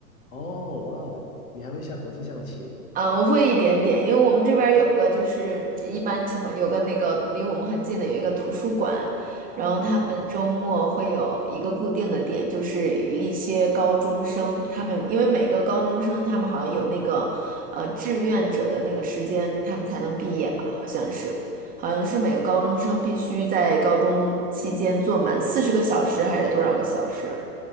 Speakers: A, on the left (about 55°); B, on the right (about 15°).
A: 哦，哇哦，你还会下国际象棋
B: 呃，我会一点点，因为我们这边儿有个就是一般情况有个那个离我们很近的有一个图书馆，然后他们周末会有一个固定的点，
A: 啊？
B: 就是一些高中生，他们因为每个高中生他们好像有那个呃志愿者的那个时间，他们才能毕业吧，
A: 嗯
B: 好像是，好像是每个高中生必须在高中期间做满四十个小时还是多少个小时。